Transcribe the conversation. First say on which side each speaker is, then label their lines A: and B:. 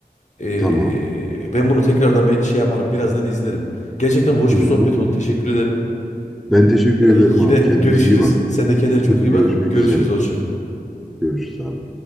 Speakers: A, on the left; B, in the centre.
A: Ee,
B: Tamam.
A: ben bunu tekrardan bir şey yaparım. Birazdan izlerim. Gerçekten hoş
B: Hı hı.
A: bir sohbet oldu. Teşekkür ederim.
B: Ben teşekkür
A: <laughs>
B: ederim
A: Yine
B: abi.
A: görüşürüz.
B: Kendine iyi bak.
A: Sen de kendine
B: <laughs>
A: çok
B: Görüşmek
A: iyi bak. Görüşürüz.
B: üzere.
A: Hoşça kal.
B: Görüşürüz abi.